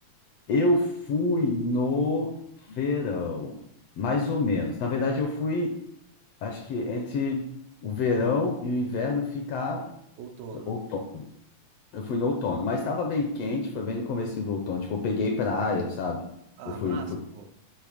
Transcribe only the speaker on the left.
Eu fui no verão, mais ou menos. Na verdade, eu fui, acho que entre o verão e o inverno ficar
outono. Eu fui no outono, mas estava bem quente, foi bem no comecinho do outono. Tipo, eu peguei praia, sabe?
Eu fui,
fui...